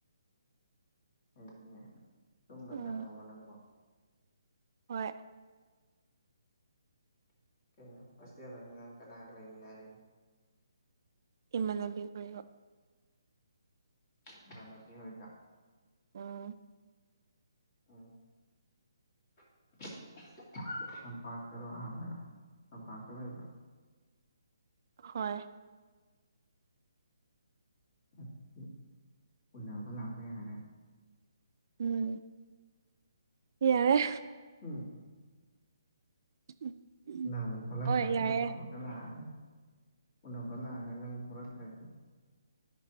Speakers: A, on the left; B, on the right.
A: ꯍꯩꯇꯤꯌꯦ ꯇꯨꯝꯕ
B: ꯎꯝ
A: ꯆꯪꯉꯕꯣ ꯅꯪꯕꯣ
B: ꯍꯣꯏ
A: ꯀꯩꯅꯣ ꯍꯣꯁꯇꯦꯜꯗꯅꯤ ꯅꯪ ꯀꯅꯥꯒ ꯂꯩꯃꯤꯟꯅꯔꯤꯅꯣ
B: ꯏꯃꯥꯟꯅꯕꯤꯈꯣꯏꯒ
A: ꯢꯃꯥꯟꯅꯕꯤ ꯍꯣꯢꯒ
B: ꯎꯝ
A: <unintelligible> ꯇꯝꯄꯥꯛꯇꯔꯣ ꯑꯥꯗꯔꯣ ꯇꯝꯄꯥꯛꯇ ꯂꯩꯕ꯭ꯔꯥ
B: ꯍꯣꯏ
A: ꯑꯗꯨ ꯎꯅꯕ ꯂꯥꯛꯄ ꯌꯥꯔꯦ
B: ꯎꯝ ꯌꯥꯔꯦ
A: ꯎꯝ
B: <unintelligible>
A: ꯅꯪꯃꯨꯛ ꯊꯣꯛꯂꯛꯇ꯭ꯔꯗꯤ
B: ꯍꯣꯏ ꯌꯥꯏꯌꯦ
A: ꯎꯅꯕꯒ ꯂꯥꯛꯑꯒ ꯎꯅꯕ ꯂꯥꯛꯑꯒ ꯅꯪ ꯊꯣꯛꯂꯛꯇ꯭ꯔꯗꯤ